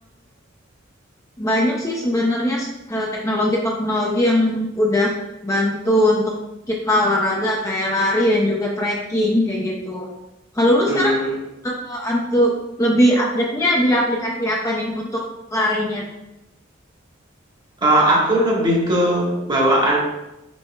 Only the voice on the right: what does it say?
Mmm,
eee, aku lebih ke bawaannya